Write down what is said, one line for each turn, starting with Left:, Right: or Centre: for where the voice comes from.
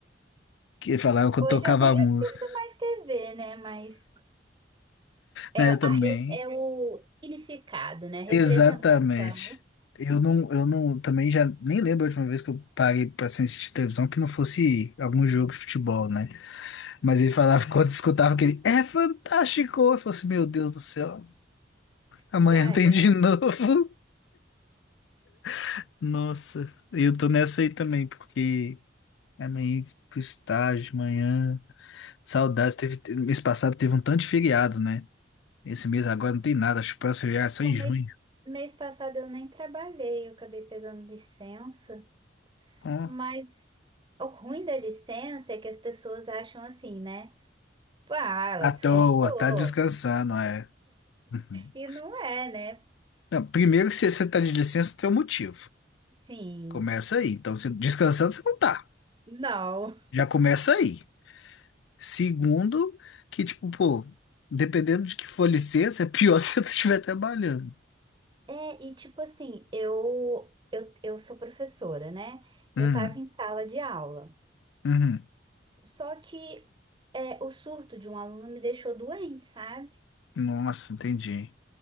Left: Que ele falava que
Right: Hoje
Left: eu tocava
Right: eu nem
Left: a música.
Right: assisto mais TV, né? Mas é,
Left: Né, eu também.
Right: a re- é o significado, né? Representação.
Left: Exatamente. Eu não, eu não, também já nem lembro a última vez que eu parei pra assistir televisão que não fosse algum jogo de futebol, né? Mas ele falava, <laughs> quando escutava aquele, é fantástico! Eu falei assim, meu Deus do céu, amanhã
Right: Já
Left: tem
Right: é.
Left: de novo. <laughs> Nossa, eu tô nessa aí também, porque amanhã pro estágio, amanhã, saudades. Teve, mês passado teve um tanto de feriado, né? Esse mês agora não tem nada, acho que o próximo feriado é só
Right: O
Left: em
Right: mês,
Left: junho.
Right: mês passado eu nem trabalhei, eu acabei pegando licença,
Left: Ó,
Right: mas o ruim da licença é que as pessoas acham assim, né? Pô, Ah, ela
Left: À
Right: descansou.
Left: toa, tá descansando, é. <laughs>
Right: E não é, né?
Left: Não, primeiro, se você está de licença, tem um motivo.
Right: Sim,
Left: Começa aí. Então, se descansando, você não tá.
Right: não.
Left: Já começa aí. Segundo, que tipo, pô, dependendo de que for licença, é pior <laughs> se você estiver trabalhando.
Right: É, e tipo assim, eu, eu, eu sou professora, né? Eu
Left: Hum,
Right: tava em sala de aula.
Left: uhum.
Right: Só que é, o surto de um aluno me deixou doente, sabe?
Left: Nossa, entendi.